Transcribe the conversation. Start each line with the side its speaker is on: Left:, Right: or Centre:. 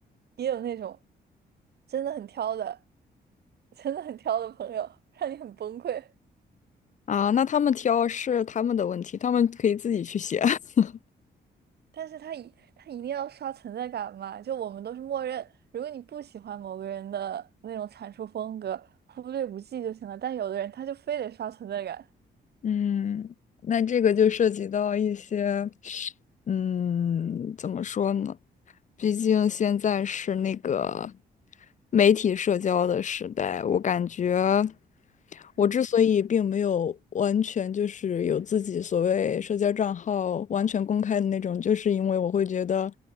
Right: 也有那种真的很挑的，真的很挑的朋友，让你很崩溃。
Left: 啊，那他们挑是他们的问题，他们可以自己去写。<laughs>
Right: 但是他一他一定要刷存在感嘛，就我们都是默认，如果你不喜欢某个人的那种阐述风格，忽略不计就行了。但有的人他就非得刷存在感，
Left: 嗯，那这个就涉及到一些，嗯，怎么说呢？毕竟现在是那个媒体社交的时代，我感觉
Right: 嗯，
Left: 我之所以并没有完全就是有自己所谓社交账号完全公开的那种，就是因为我会觉得，